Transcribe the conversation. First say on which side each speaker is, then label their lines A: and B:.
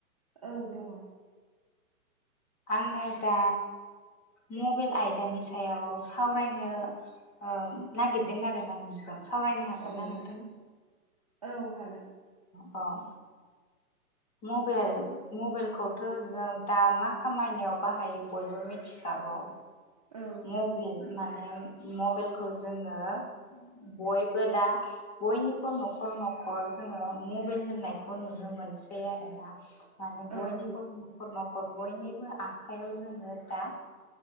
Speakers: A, on the right; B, on the left.
A: औ दङ!
B: आंङो दा मबाइल आयदानि सायाव सावरायनो ओ नागिरदों आरोना नोंजों सावरायनो हागोन
A: औ
B: ना नोंथां?
A: औ हागोन
B: अह मबेल मबाइेलखौथ' जों दा मा खामानियाव बाहायो बयबो मिथिखा वाव
A: औ
B: मबेल माने मबेलखौ जोंङो। बयबो दा बयनिबो न'खर न'खर जोङो मबाइल होननायखौ नुनो मोन मोनसै आरोना माने बयनिबो
A: औ
B: न'खर न'खर बयनिबो आखाइयाव जोङो दा